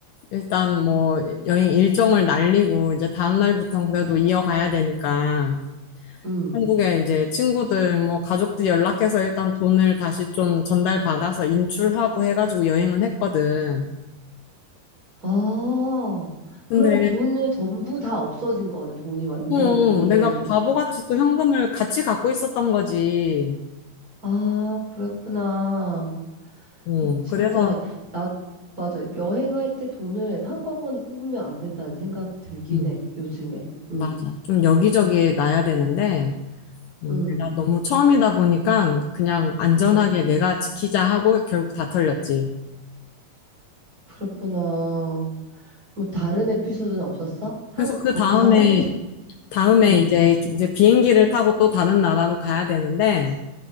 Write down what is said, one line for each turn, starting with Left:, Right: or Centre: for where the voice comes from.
Left: 일단 뭐 여행 일정을 날리고 이제 다음날부터는 그래도 이어가야 되니까
Right: 응.
Left: 한국에 이제 친구들 뭐 가족들 연락해서 일단 돈을 다시 좀 전달받아서 인출하고 해가지고 여행은 했거든.
Right: 아, 그럼
Left: 근데
Right: 돈을 전부 다 없어진 거네, 돈이 완전히.
Left: 어, 내가 바보같이 또 현금을 같이 갖고 있었던 거지.
Right: 아, 그랬구나.
Left: 어,
Right: 진짜,
Left: 그래서
Right: 나, 맞아. 여행할 때 돈을 한꺼번에 뽑으면 안 된다는 생각이 들긴
Left: 음,
Right: 해, 요즘엔. 응,
Left: 맞아. 좀 여기저기에 놔야 되는데 음,
Right: 응,
Left: 내가 너무 처음이다 보니까 그냥 안전하게
Right: 응.
Left: 내가 지키자 하고 결국 다 털렸지.
Right: 그랬구나. 뭐 다른 에피소드는 없었어? 한
Left: 그래서 그
Right: 거기서
Left: 다음에,
Right: 한국
Left: 다음에
Right: 응,
Left: 이제, 이제 비행기를 타고 또 다른 나라로 가야 되는데,